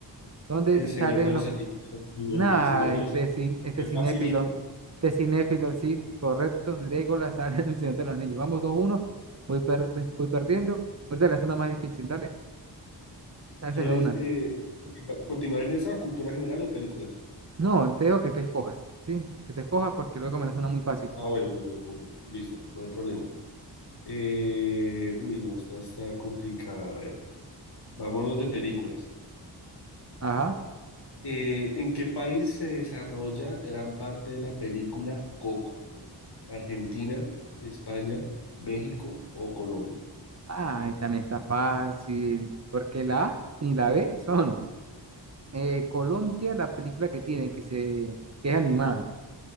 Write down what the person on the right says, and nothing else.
donde
salen
los...
Nada,
este,
cin- este
cinéfilo.
Este cinéfilo, sí, correcto. Legolas <laughs> sale en el Señor de los Anillos. Vamos dos uno Voy, per- voy voy perdiendo. Ahorita lanzo una más difícil. Dale, lánzame
una.
No, te digo que te escojas, ¿sí? Que te escojas porque luego me la suena muy fácil.
Ajá.
Ay, también está fácil. Porque la A ni la B son eh, Colombia, la película que tiene, que se que es animada.